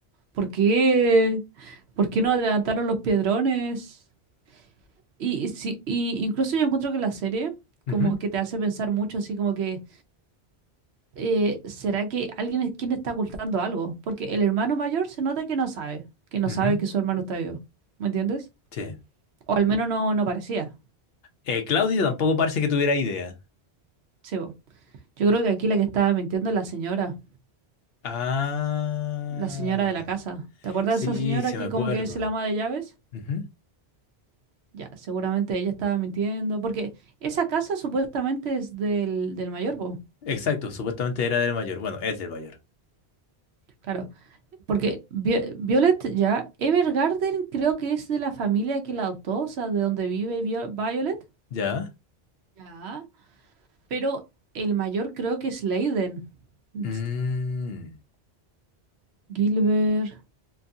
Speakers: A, on the right (about 80°); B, on the left (about 70°).
A: ¿por qué? ¿Por qué no adelantaron los piedrones? Y, y si, y incluso yo encuentro que la serie
B: Ujú,
A: como que te hace pensar mucho, así como que, eh, ¿será que alguien es quien está ocultando algo? Porque el hermano mayor se nota que no sabe, que no
B: ujú.
A: sabe que su hermano está vivo, ¿me entiendes?
B: Sí.
A: O al menos no, no parecía,
B: Eh, Claudio tampoco parece que tuviera idea.
A: sí, po. Yo creo que aquí la que estaba mintiendo es la señora.
B: Ah.
A: La señora de la casa. ¿Te acuerdas
B: Sí,
A: de esa señora
B: sí
A: que
B: me acuerdo.
A: como que es el ama de llaves?
B: Ujú.
A: Ya, seguramente ella estaba mintiendo, porque esa casa supuestamente es del, del mayor, po.
B: Exacto, supuestamente era del mayor. Bueno, es del mayor.
A: Claro, porque Vi- Violet ya, Evergarden creo que es de la familia que la adoptó, o sea, de donde vive Vio- Violet.
B: ¿Ya?
A: Ya. Pero el mayor creo que es Leiden. Ts-
B: Mm.
A: Gilbert,